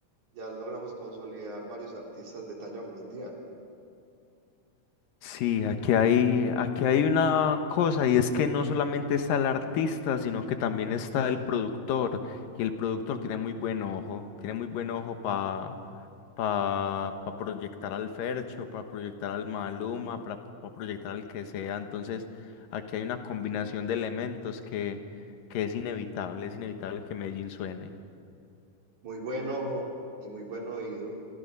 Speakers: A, on the right; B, on the left.
A: ya logramos consolidar varios artistas de talla mundial.
B: Sí, aquí hay, aquí hay una cosa y es que no solamente está el artista, sino que también está el productor. Y el productor tiene muy buen ojo, tiene muy buen ojo para pa, pa pa proyectar al Fercho, para proyectar al Maluma, para proyectar al que sea. Entonces, aquí hay una combinación de elementos que, que es inevitable, es inevitable que Medellín suene.
A: Muy buen ojo y muy buen oído.